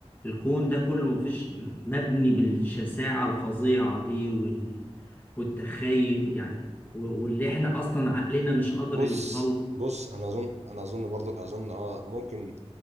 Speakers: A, on the left; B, on the right.
A: الكون ده كله مفيش مبني بالشساعة الفظيعة دي وال... والتخيل يعني و- واللي احنا اصلا عقلنا مش قادر
B: بص
A: يوصل
B: بص انا اظن انا اظن برضو اظن اه ممكن